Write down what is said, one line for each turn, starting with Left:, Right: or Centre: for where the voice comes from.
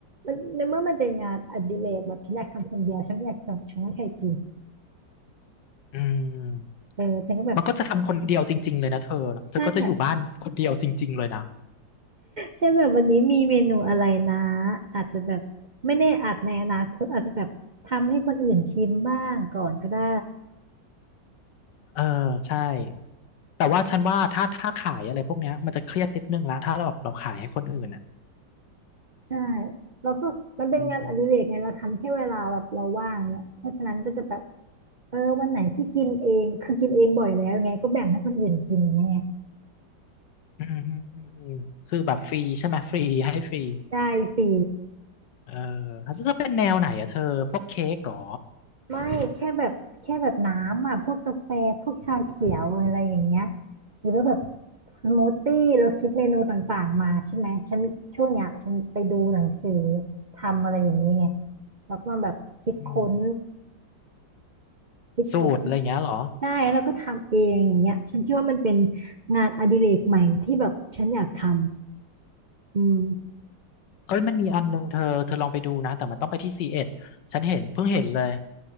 Right: มันในเมื่อมันเป็นงานอดิเรกแบบฉันอยากทำคนเดียวฉันไม่อยากส่งฉันไม่ให้ใครกิน
Left: อืม
Right: เออฉันก็แบบ
Left: มันก็จะทำคนเดียวจริงๆเลยนะเธอเธอก็จะอยู่บ้านคนเดียวจริงๆเลยนะ
Right: ใช่แบบ ใช่แบบวันนี้มีเมนูอะไรนะอาจจะแบบไม่แน่อาจในอนาคตอาจจะแบบทำให้คนอื่นชิมบ้างก่อนก็ได้
Left: เออใช่แต่ว่าฉันว่าถ้าถ้าขายอะไรพวกเนี้ยมันจะเครียดนิดนึงละถ้าเราแบบเราขายให้คนอื่นอ่ะ
Right: ใช่แล้วก็มันเป็นงานอดิเรกไงเราทำแค่เวลาแบบเราว่างเนี่ยเพราะฉะนั้นก็จะแบบ
Left: อืม
Right: เออวันไหนที่กินเองคือกินเองบ่อยแล้วไงก็แบ่งให้คนอื่นกินไง
Left: อืมอืมอืมอืมคือแบบฟรีใช่ไหมฟรีให้ฟรี
Right: ใช่ฟรี
Left: เออเล้จะเป็นแนวไหนอะเธอพวกเค้กเหรอ
Right: ไม่แค่แบบแค่แบบน้ำอ่ะพวกกาแฟพวกชาเขียวอะไรอย่างเงี้ยหรือว่าแบบสมูทตี้เราคิดเมนูต่างๆมาใช่ไหมฉันช่วงเนี้ยฉันไปดูหนังสือทำอะไรอย่างนี้ไงแล้วก็แบบคิดค้น
Left: อืม
Right: คิดค้น
Left: สูตรอะไรอย่างเงี้ยเหรอ
Right: ได้แล้วก็ทำเองอย่างเงี้ยฉันคิดว่ามันเป็นงานอดิเรกใหม่ที่แบบฉันอยากทำอืม
Left: เอ้ยมันมีอันนึงเธอเธอลองไปดูนะแต่มันต้องไปที่ซีเอ็ดฉันเห็นเพิ่งเห็นเลย